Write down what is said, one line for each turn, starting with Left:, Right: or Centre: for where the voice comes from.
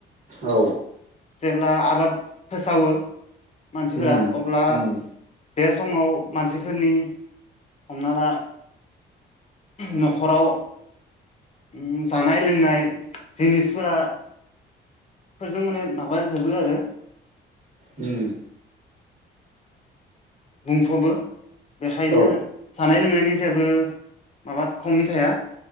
Right: औ
Left: जेब्ला आबाद फोसावो मानसिफोरा
Right: उम
Left: अब्ला
Right: उम
Left: बे समाव मानसिफोरनि हमना ला न'खराव उम जानाय लोंनाय जिनिस फोरा फोरजों माने माबा जोबो आरो
Right: उ
Left: बुंफबो बेखायनो
Right: औ
Left: जानाय लोंनायनि जेबो माबा खमनि थाया